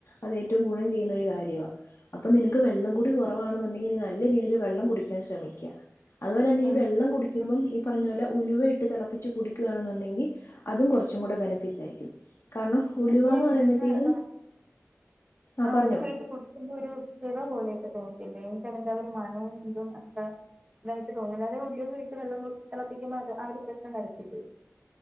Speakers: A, on the left; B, on the right.
A: അത് ഏറ്റവും ഗുണം ചെയ്യുന്നൊ ഒരു കാര്യവാ അപ്പൊ നിനക്ക് വെള്ളം കൂടി കൊറവാണെന്നുണ്ടെങ്കിൽ നീ നല്ല രീതിയിൽ വെള്ളം കുടിക്കാൻ ശ്രമിക്ക അതുപോലെ നീ
B: എനിക്ക്
A: വെള്ളം കുടിക്കുമ്പം
B: ആഹ്
A: ഈ പറഞ്ഞ പോലെ ഉലുവ ഇട്ട് തെളപ്പിച്ച് കുടിക്കുകയാണെന്നുണ്ടെങ്കിൽ അതും കൊറ്ച്ചുകൂടെ ബെനിഫിറ്റ്സ് ആയിരിക്കും കാരണം ഉലുവന്ന്
B: പക്ഷേ
A: പറയുമ്പോഴത്തേക്കും
B: ഉലുവ ആഹ്‌.
A: ആ
B: ആഹ്‌
A: പറഞ്ഞോ
B: ഉലുവ ഇട്ട് കുടി ഒരു തിള പോലെയൊക്കെ തോന്നത്തില്ലേ എനിക്ക് അങ്ങന് ത്ത ഒരു മണവും ഇതും അത്ര നന്നായിട്ട് തോന്നി അതയത് ഉലുവയിട്ട് വെള്ളം തിളപ്പിക്കുമ്പോ അത് ആഹ് ഒരു പ്രശ്‌നം വരത്തില്ലെ